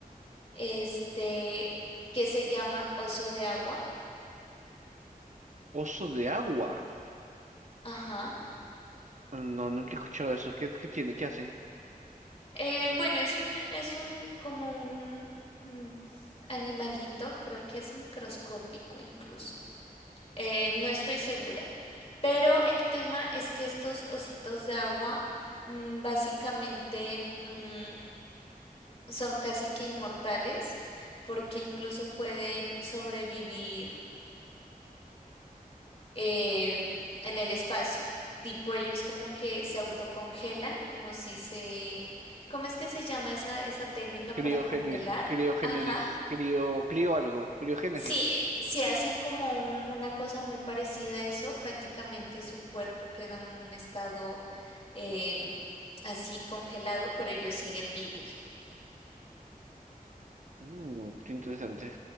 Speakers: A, on the left; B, on the right.
A: este, que se llama oso de agua?
B: oso de agua.
A: Ajá.
B: No, nunca he escuchado eso. ¿Qué, qué tiene? ¿Qué hace?
A: Eh, bueno, es un, es un, como un mm, animalito, creo que es microscópico incluso. Eh, no estoy segura, pero el tema es que estos ositos de agua mm, básicamente mm, son casi que inmortales porque incluso pueden sobrevivir eh, en el espacio. Tipo, ellos como que se autocongelan, como si se... ¿Cómo es que se llama esa, esa técnica
B: Criogénesis,
A: para congelar?
B: criogénesis,
A: Ajá.
B: crio, crio algo, criogénesis.
A: Sí, si hacen como un- una cosa muy parecida a eso, prácticamente su cuerpo queda en un estado eh, así congelado, pero ellos siguen vivos.
B: Mm, qué interesante.